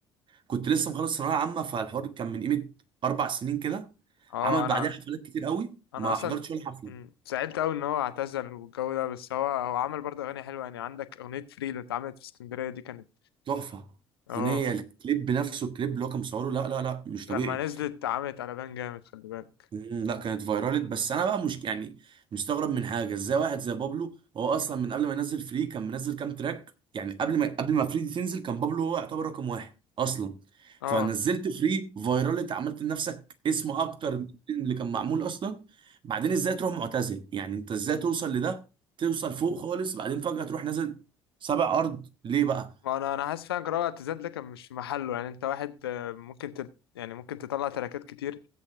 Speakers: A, on the right; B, on the left.
A: كنت لسه مخلص ثانويه عامه فالحوار كان من قيمه اربع سنين كده
B: اه
A: عمل بعدها
B: انا
A: حفلات كتير قوي
B: انا
A: ما
B: اصلا
A: حضرتش ولا حفله
B: مم، زعلت قوي ان هو اعتزل والجو ده بس هو هو عمل برضه اغاني حلوه يعني عندك اغنيه فري اللي اتعملت في اسكندريه دي كانت
A: تحفه
B: اه
A: اغنيه الكليب نفسه الكليب اللي هو كان مصوره لا لا لا مش طبيعي
B: لما نزلت اتعملت على بان جامد خلي بالك
A: مم، لا كانت فايرالت بس انا بقى مش يعني مستغرب من حاجه ازاي واحد زي بابلو هو اصلا من قبل ما ينزل فري كان منزل كام تراك يعني قبل ما قبل ما فري دي تنزل كان بابلو هو يعتبر رقم واحد اصلا
B: اه
A: فنزلت فري فايرالت عملت لنفسك اسم اكتر من اللي كان معمول اصلا بعدين ازاي تروح معتزل يعني انت ازاي توصل لده توصل فوق خالص بعدين فجاه تروح نازل سبع ارض ليه بقى
B: ما انا انا حاسس فعلا جراءة اعتزال ده كان مش في محله يعني انت واحد آه، ممكن تل... يعني ممكن تطلع تراكات كتير